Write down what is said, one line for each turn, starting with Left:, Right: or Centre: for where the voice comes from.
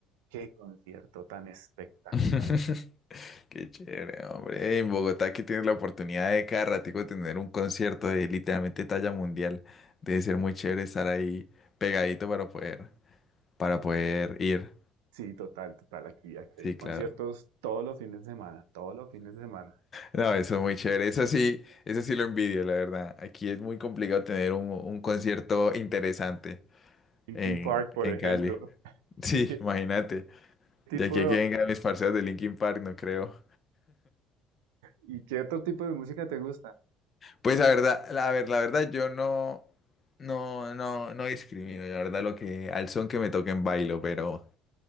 Right: Qué concierto tan espectacular.
Left: <laughs> Qué chévere, hombre. En Bogotá que tienes la oportunidad de cada ratico tener un concierto de literalmente talla mundial. Debe ser muy chévere estar ahí pegadito para poder, para poder ir.
Right: Sí, total, total, aquí, aquí
Left: Sí,
Right: hay conciertos
Left: claro.
Right: todos los fines de semana, todos los fines de semana.
Left: No, eso es muy chévere. Eso sí, eso sí lo envidio, la verdad. Aquí es muy complicado tener un, un concierto interesante
Right: Linkin
Left: en,
Right: Park, por
Left: en
Right: ejemplo.
Left: Cali. Sí,
Right: ¿Y qué
Left: imagínate.
Right: tipo,
Left: De aquí a que vengan mis parceros de Linkin Park, no creo.
Right: y qué otro tipo de música te gusta?
Left: Pues la verdad, la, a ver, la verdad yo no, no, no, no discrimino, la verdad lo que, al son que me toquen bailo, pero,